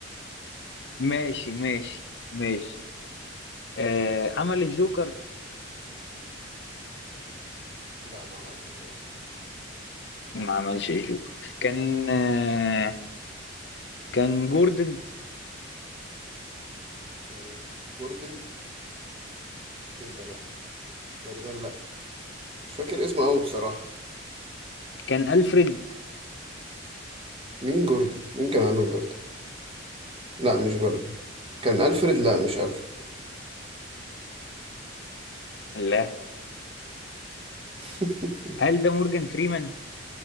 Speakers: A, on the left (about 55°); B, on the right (about 30°).
A: ماشي ماشي ماشي آه عمل الجوكر
B: لا ما عملش جوكر
A: ما عملش الجوكر كان آه كان جوردن
B: مم، جوردن ايه ده لا تقريبا لا مش فاكر اسمه قوي بصراحة
A: كان ألفريد
B: مين جوردن مين كان عامل جوردن لا مش جوردن كان الفريد لا مش الفريد
A: لا
B: <laughs>
A: هل ده مورجان فريمان؟